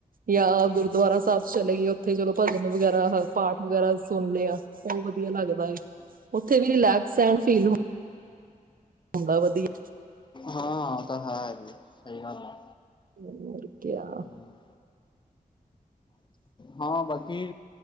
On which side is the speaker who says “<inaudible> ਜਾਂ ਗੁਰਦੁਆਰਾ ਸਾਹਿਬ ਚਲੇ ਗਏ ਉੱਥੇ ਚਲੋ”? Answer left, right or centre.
Right